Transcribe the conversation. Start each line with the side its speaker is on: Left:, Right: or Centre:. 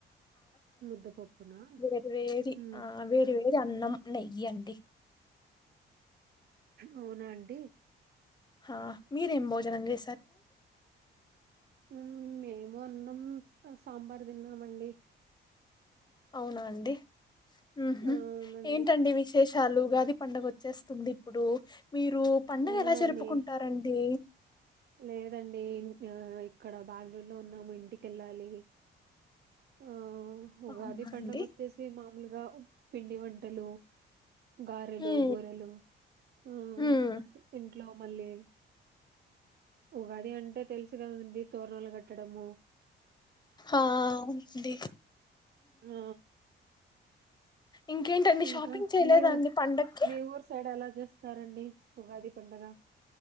Right: ముద్దపప్పునా
Left: వేడి వేడి
Right: ఉమ్,
Left: ఆ వేడి వేడి అన్నం నెయ్యి అండి
Right: అవునా అండి
Left: ఆ మీరేం భోజనం చే
Right: మ్మ్ మేము అన్నం సాంబార్ తిన్నా ఆమండి
Left: అవునా అండిహ్మ్ హు
Right: అవునండి
Left: ఏంటండి విశేషాలు ఉగాది పండగ వచ్చేస్తుంది ఇప్పుడు మీరు పండుగ
Right: అవునండి
Left: ఎలా జరుపుకుంటారండి
Right: లేదండి ఇక్కడ బ్యాంగుళూరులో ఉన్నాము ఇంటికెళ్ళాలి అ ఆ ఉగాది
Left: అవునా
Right: పండగ
Left: అండి
Right: వచ్చేసి మామూలుగా పిండి వంటలు గారలు
Left: ఉమ్
Right: బూరెలు ఆ
Left: ఉమ్
Right: ఇట్లో మళ్ళీ ఉగాది అంటే తెలుసు కదండి తోరణాలు కట్టడము
Left: ఆ అవునండి
Right: ఆ,
Left: ఇంకేంటండి
Right: ఇంకా
Left: షాపింగ్ చేయలేదా
Right: మీ ఊ
Left: అండి పండక్కి
Right: మీ ఊరు సైడ్ ఎలా చేస్తారండి ఉగాది పండగ